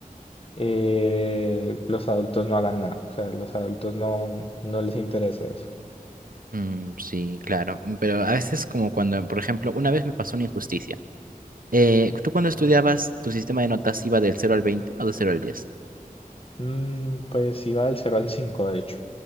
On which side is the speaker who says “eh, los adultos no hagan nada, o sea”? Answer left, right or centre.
Left